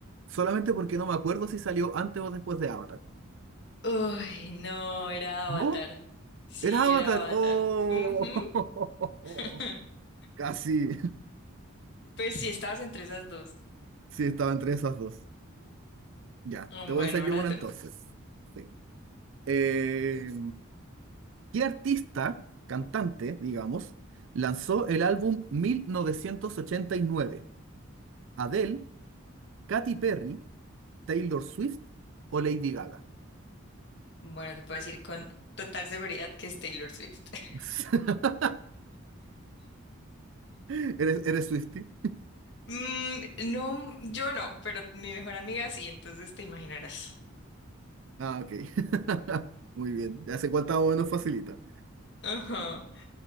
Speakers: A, on the right; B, on the left.
A: Solamente porque no me acuerdo si salió antes o después de Avatar.
B: Uy, no, era
A: ¿No?
B: Avatar. Sí,
A: ¿Era Avatar?
B: era Avatar.
A: ¡Oh!
B: Ujú. <laughs>
A: <laughs> Casi.
B: Pues sí, estabas entre esas dos.
A: Sí, estaba entre esas dos. Ya,
B: Mm,
A: te voy
B: Bueno,
A: a hacer
B: ahora
A: yo una
B: tú.
A: entonces. Sí. Eh, ¿qué artista, cantante, digamos, lanzó el álbum 1989? ¿Adele, Katy Perry, Taylor Swift o Lady Gaga?
B: Bueno, te puedo decir con total seguridad que es Taylor Swift. <laughs>
A: <laughs> ¿Eres, eres Swifty?
B: Mm, no, yo no, pero mi mejor amiga sí, entonces te imaginarás.
A: Ah, ok. <laughs> Muy bien. Ya sé cuánta o menos facilita.
B: Ajá.